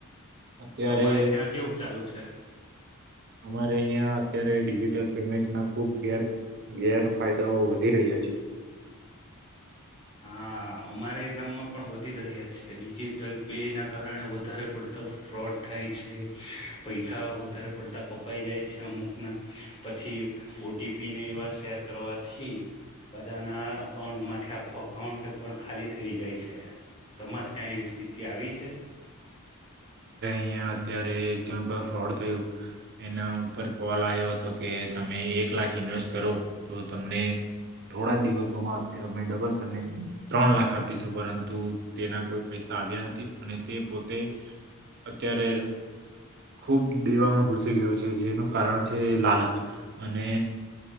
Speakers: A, on the right; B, on the left.
A: અત્યારે
B: તમારે ત્યાં કેવું ચાલુ છે?
A: અમારે અહીંયા અત્યારે ડિજિટલ પેમેન્ટના ખુબ ગેર ગેરફાયદાઓ વધી રહ્યા છે.
B: હા અમારે ગામમાં પણ વધી રહ્ય ડિજિટલ પે ના કારણે વધારે પડતા ફ્રોડ થાય છે પૈસા વ ધારે પડતા કપાઈ જાય છે અમુક ના પછી ઓટી પીને એવા શેર કરવાથી બધાના અ કાઉન્ટમાંથી આખો અકાઉન્ટ પણ ખાલી થઈ જાય છે તમારે ત્યાં એવી સ્થિતિ આવી છે.
A: અહિયા અત્યારે એક જણ ફ્રોડ થયું એના ઉપર કોલ આવ્યો હતો કે તમે લાખ ઇન્વેસ્ટ કરો તો તમને થોડા દિવસોમાં અમે ડબલ કરીને ત્રણ લાખ આપીશું પરંતુ તેના કોઈ પૈસા આવ્યા નથી અને તે પોતે અત્યારે ખૂબ દેવામાં ઘુસી ગયો છે જેનું કારણ છે લાલચ અને